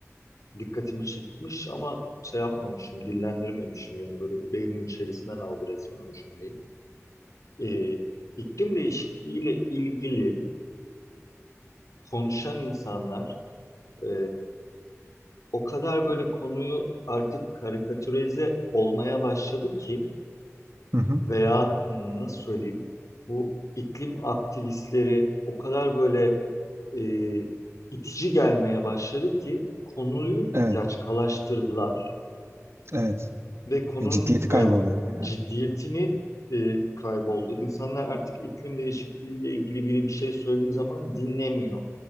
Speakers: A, on the left; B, on the right.
A: dikkatimi çekmiş ama şey yapmamışım, dillendirmemişim yani böyle beynimin içerisinden aldı resmen o cümleyi. Ee, iklim değişikliğiyle ilgili konuşan insanlar e, o kadar böyle konuyu artık karikatürize olmaya başladı ki
B: hı hı.
A: veya m, nasıl söyleyeyim bu iklim aktivistleri o kadar böyle e, itici gelmeye başladı ki konuyu
B: Evet,
A: laçkalaştırdılar
B: evet.
A: ve konunun
B: E, ciddiyeti
A: veya
B: kayboluyor yani.
A: ciddiyetini e, kayboldu. İnsanlar artık iklim değişikliğiyle ilgili biri bir şey söylediği zaman dinlemiyor.